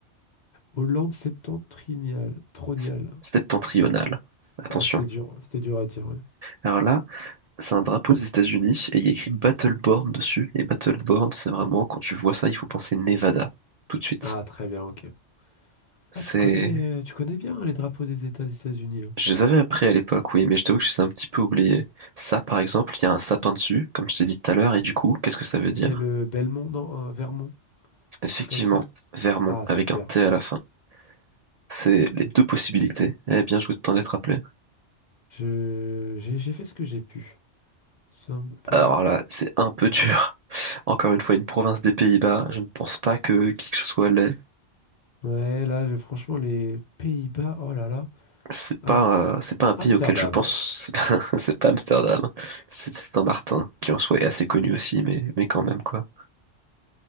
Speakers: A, on the left (about 50°); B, on the right (about 75°).
A: Hollande septentrionale, troniale.
B: C'est c'est septentrional. Attention.
A: Ouais, c'était dur, c'était dur à dire, ouais.
B: Alors là, C'est un drapeau des États-Unis et il y a écrit Battleborn dessus. Et Battleborn, c'est vraiment, quand tu vois ça, il faut penser Nevada tout de suite.
A: Ah, très bien, ok.
B: C'est.
A: Ah, tu connais, tu connais bien hein, les drapeaux des États des États-Unis, hein.
B: Je les avais appris à l'époque, oui, mais je t'avoue que je les ai un petit peu oubliés. Ça, par exemple, il y a un sapin dessus, comme je t'ai dit tout à l'heure, et du coup, qu'est-ce que ça veut dire?
A: C'est le Belmont, non, euh, Vermont,
B: Effectivement,
A: un truc comme ça.
B: Vermont,
A: Ah,
B: avec
A: super.
B: un T à la fin. C'est les deux possibilités. Eh bien, je vous t'en être rappelé.
A: Je, j'ai j'ai fait ce que j'ai pu. Saint-Pé-
B: Alors là, c'est un peu dur. <laughs> Encore une fois, une province des Pays-Bas, je ne pense pas que qui que ce soit l'ait
A: Ouais, là, je- franchement, les Pays-Bas, oh là là.
B: C'est
A: Am-
B: pas, euh, c'est pas un pays
A: Amsterdam.
B: auquel je pense, c'est pas, <laughs> c'est pas Amsterdam, c'est Saint-Martin, qui en soi est assez connu aussi, mais, mais quand même quoi.